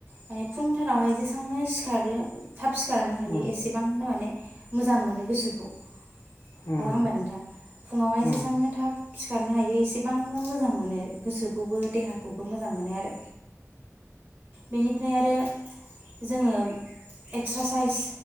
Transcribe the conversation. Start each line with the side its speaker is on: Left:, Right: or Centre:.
Right: माने फुंथारावहाय जेसेबांनो सिखारो थाब सिखारनो हायो
Left: उम
Right: एसेबांनो माने मोजां मोनो गोसोखौ
Left: उम
Right: नङा होमबा नोंथां फुङावहाय
Left: उम
Right: जेसबांनो थाब सिखारनो हायो एसेबांनो मोजां मोनो गोसोखौ खौबो देहाखौबो मोजां मोनो आरो बेनिफ्राय आरो जोङो एक्सारसाइस